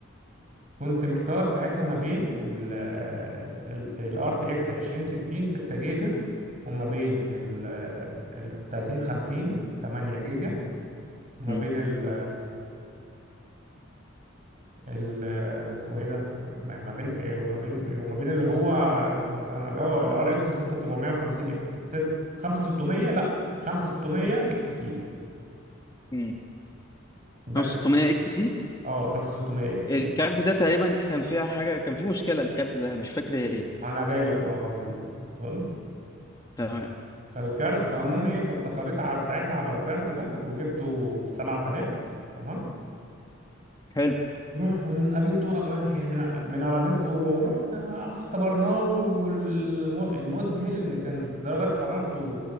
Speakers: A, on the right (about 35°); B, on the left (about 20°).
A: كنت محتار ساعتها ما بين ال ال ال RTX 2060 6 جيجا وما بين ال ال 3050 8 جيجا وما
B: امم
A: بين مم. ال ال- اسمه ايه ده ما ما بين إيه وما بين إيه وما بين اللي هو انا مثلا أنا- اه الار اكس 6750 اكس تي 5600 لا 5600 اكس تي
B: امم
A: ده
B: 5600
A: كان
B: اكس تي
A: اه 5600 اكس تي
B: الكارت ده تقريبا كان فيها حاجه كان فيه مشكله الكارت ده مش فاكر هي ايه
A: انا جاي لك اه هقول لك بقى تمام
B: تمام
A: فالكارت فالمهم ايه فاستقريت على ساعتها على الكارت ده وجبته ب 7000 تمام
B: حلو
A: وروح قابلته يعني من من على النت ورحنا اختبرناه والمذهل ان كان درجات حرارته